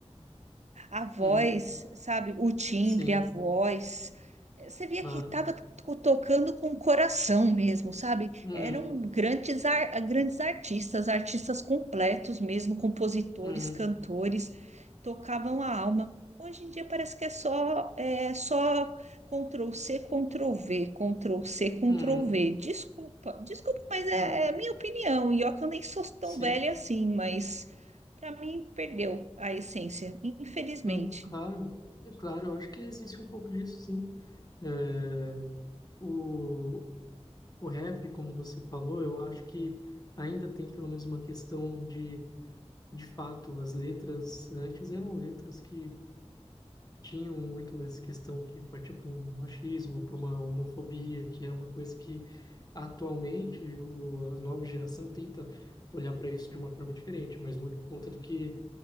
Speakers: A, on the right; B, on the left.
A: a voz,
B: uhum,
A: sabe? O timbre,
B: sim,
A: a voz. Você via
B: claro,
A: que estava tocando com o coração mesmo, sabe?
B: uhum,
A: Eram grandes, ar- grandes artistas, artistas completos mesmo, compositores,
B: uhum,
A: cantores, tocavam a alma. Hoje em dia parece que é só, é só Ctrl C, Ctrl V, Ctrl C, Ctrl
B: uhum,
A: V. Desculpa, desculpa, mas é,
B: uhum,
A: é minha opinião. E ó, que eu nem sou
B: sim,
A: tão velha assim, mas para mim, perdeu a essência, infelizmente.
B: não, claro, é claro, eu acho que existe um pouco disso, sim. É, o, o rap, como você falou, eu acho que ainda tem pelo menos uma questão de, de fato, as letras antes eram letras que tinham muito essa questão que partia para um machismo, para uma homofobia, que era uma coisa que atualmente o, a nova geração tenta olhar para isso de uma forma diferente, mas muito por conta do que